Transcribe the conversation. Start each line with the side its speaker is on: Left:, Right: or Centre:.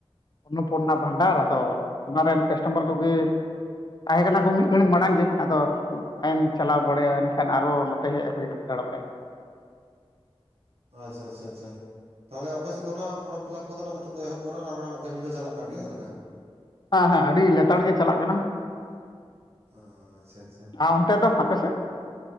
Left: ᱚᱱᱚᱯᱩᱨᱱᱟ ᱵᱷᱟᱱᱰᱟᱨ ᱟᱫᱚ ᱚᱱᱟ ᱨᱮᱱ ᱠᱟᱥᱴᱚᱢᱟᱨ ᱠᱚᱜᱮ ᱛᱟᱦᱮᱸ ᱠᱟᱱᱟ ᱠᱚ ᱢᱤᱫ ᱜᱷᱟᱹᱲᱤᱡ ᱢᱟᱲᱟᱝ ᱜᱮ ᱟᱫᱚ ᱞᱟᱭᱤᱱ ᱪᱟᱞᱟᱣ ᱵᱟᱲᱮᱭᱟ ᱮᱱᱠᱷᱟᱱ ᱟᱨᱚ ᱱᱚᱛᱮ ᱦᱮᱡ ᱦᱩᱭᱱᱟ ᱫᱟᱲ ᱵᱟᱲᱟᱭ᱾
Right: ᱟᱻᱪᱟ ᱪᱟ ᱪᱟ ᱛᱟᱦᱚᱸᱞᱮ ᱟᱯᱮᱥ ᱥᱮᱫ ᱫᱚ ᱚᱱᱟᱹ ᱯᱷᱚᱨᱚᱢ ᱯᱷᱤᱞᱟᱯ ᱠᱚᱫᱚᱹ ᱱᱟᱜ ᱱᱤᱛᱳ ᱫᱚ ᱮᱦᱚᱵ ᱟᱠᱟᱱᱟ ᱟᱨ ᱚᱱᱟ ᱨᱮᱱᱟᱜ ᱠᱟᱹᱢᱤ ᱫᱚ ᱪᱟᱞᱟᱜ ᱠᱟᱱ ᱜᱮᱼᱭᱟ ᱪᱮᱫᱮ ᱞᱮᱠᱟᱹ
Left: ᱦᱮᱸ ᱦᱮᱸ ᱟᱹᱰᱤ ᱞᱮᱛᱟᱲ ᱜᱮ ᱪᱟᱞᱟᱜ ᱠᱟᱱᱟ᱾
Right: ᱚ ᱟᱪᱪᱷᱟ ᱟᱪᱪᱷᱟ᱾
Left: ᱟᱨ ᱚᱱᱛᱮᱫ ᱫᱚ ᱦᱟᱯᱮ ᱥᱮᱫ?